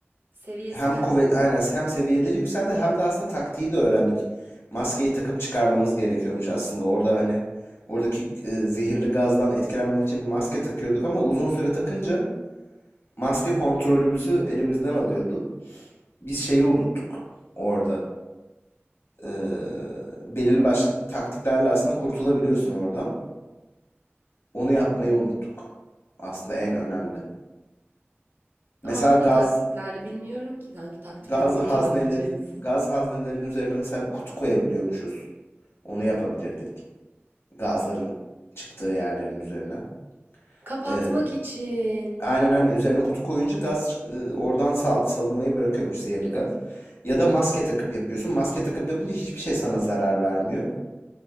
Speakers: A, on the right (about 50°); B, on the left (about 65°).
A: seviyesi?
B: Hem
A: Heh.
B: kuvvet aynen hem seviyeleri yükseldi hem de aslında taktiği de öğrendik. Maskeyi takıp çıkarmamız gerekiyormuş aslında. Orada hani oradaki e, zehirli gazdan etkilenmemek için bir maske takıyorduk ama uzun süre takınca maske kontrolümüzü elimizden alıyordu. Biz şeyi unuttuk orada. Ee, belirli başlı taktiklerle aslında kurtulabiliyorsun oradan. Onu yapmayı unuttuk. Aslında en önemli. Mesela
A: Ama hangi
B: gaz
A: taktiklerle bilmiyorum ki hangi taktikle
B: gaz
A: kurtulabileceğimizi.
B: haznelerin gaz haznelerinin üzerine mesela bir kutu koyabiliyormuşuz. Onu yapabilirdik. Gazların çıktığı yerlerin üzerine.
A: Kapatmak
B: Ee,
A: için.
B: Aynen aynen üzerine kutu koyunca gaz e, oradan sal- salınmayı bırakıyormuş zehirli gaz. Ya da maske takıp yapıyorsun. Maske takıp yapınca hiçbir şey sana zarar vermiyor.